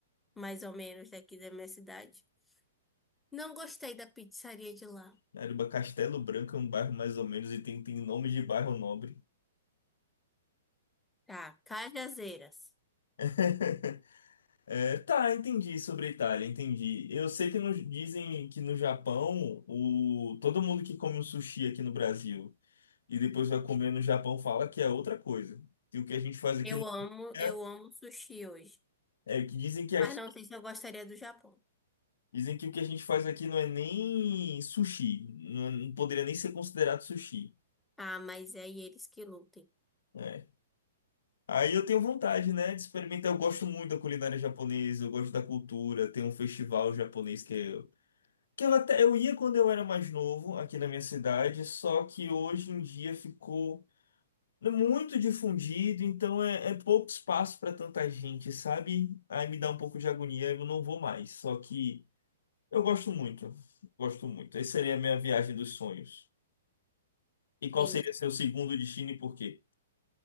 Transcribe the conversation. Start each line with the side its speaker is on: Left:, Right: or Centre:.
Centre: mais ou menos daqui da minha cidade. Não gostei da pizzaria de lá.
Left: Caramba, Castelo Branco é um bairro mais ou menos e tem, tem nome de bairro nobre.
Centre: Tá, Cajazeiras.
Left: <laughs> É, tá, entendi sobre a Itália, entendi. Eu sei que no- dizem que no Japão o, todo mundo que come um sushi aqui no Brasil e depois vai comer no Japão fala que é outra coisa. E o que a gente faz aqui
Centre: Eu
Left: não
Centre: amo,
Left: é,
Centre: eu amo sushi hoje.
Left: é que dizem que aqui-
Centre: Mas não sei se eu gostaria do Japão.
Left: dizem que o que a gente faz aqui não é nem sushi, não, não poderia nem ser considerado sushi.
Centre: Ah, mas é eles que lutem.
Left: né? Aí eu tenho vontade, né, de experimentar. Eu gosto muito da culinária japonesa, eu gosto da cultura. Tem um festival japonês que eu, que eu até eu ia quando eu era mais novo aqui na minha cidade, só que hoje em dia ficou muito difundido, então é, é pouco espaço para tanta gente, sabe? Aí me dá um pouco de agonia, eu não vou mais. Só que eu gosto muito, gosto muito. Essa seria a minha viagem dos sonhos. E qual
Centre: Entendi.
Left: seria seu segundo destino e por quê?